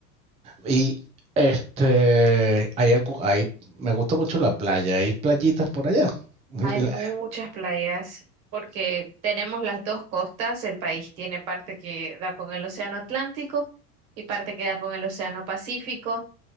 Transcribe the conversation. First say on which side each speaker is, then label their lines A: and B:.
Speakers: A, on the right; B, on the right.
A: Y este, hay algo, hay, me gusta mucho la playa, hay playitas por allá. La-
B: Hay muchas playas porque tenemos las dos costas. El país tiene parte que da con el Océano Atlántico y parte que da con el Océano Pacífico.